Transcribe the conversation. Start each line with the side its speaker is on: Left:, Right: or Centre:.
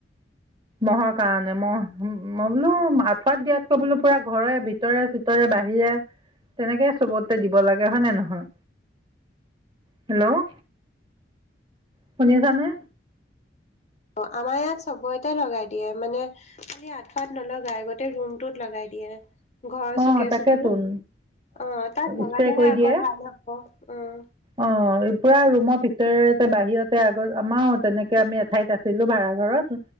Right: মহৰ কাৰণে মহ মই বোলো আঁঠুৱাত দিয়াতকৈ বোলো পুৰা ঘৰে ভিতৰে চিতৰে বাহিৰে তেনেকে চবতে দিব লাগে হয়নে নহয়। হেল্ল' শুনি আছানে?
Left: অ আমাৰ ইয়াত চবতে লগাই দিয়ে মানে খালি আঠুৱাত নলগাই গোতেই ৰুমটোত লগাই দিয়ে। ঘৰ
Right: অ',
Left: চুকে-চুকে
Right: তাকেতোন
Left: অ তাত লগালেহে
Right: স্প্ৰে কৰি
Left: আকৌ
Right: দিয়ে।
Left: ভাল হ'ব। উম
Right: অ' পুৰা ৰুমৰ ভিতৰতে বাহিৰতে আগত আমাৰও তেনেকে আমি এঠাইত আছিলো ভাড়া ঘৰত।